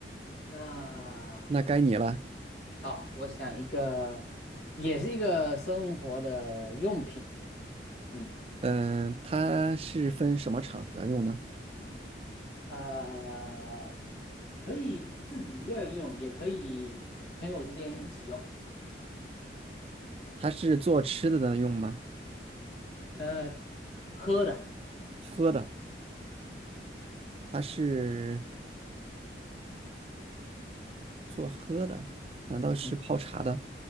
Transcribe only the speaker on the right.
那该你了。
嗯、它是分什么场合用呢？
它是做吃的的用吗？
喝的，它是做喝的，难道是泡茶的